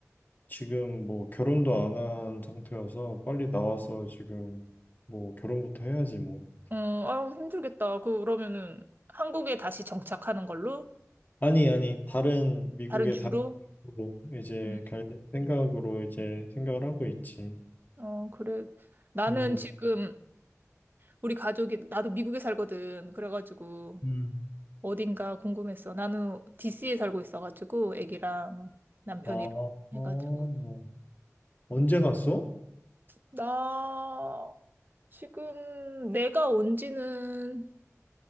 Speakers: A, on the left; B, on the right.
A: 지금 뭐 결혼도 안 한 상태여서 빨리 나와서 지금 뭐 결혼부터 해야지 뭐.
B: 어, 아유, 힘들겠다. 그, 그러면은, 한국에 다시 정착하는 걸로?
A: 아니, 아니, 다른 미국의
B: 다른 주로?
A: 다른 쪽으로 이제
B: 음.
A: 갈 생각으로 이제 생각을 하고 있지.
B: 어, 그래. 나는
A: 음,
B: 음. 지금 우리 가족이, 나도 미국에 살거든. 그래가지고
A: 음.
B: 어딘가 궁금했어. 나는 DC에 살고 있어가지고 애기랑 남편이랑
A: 아, 어,
B: 해가지고.
A: 언제 갔어?
B: 나 지금 내가 온 지는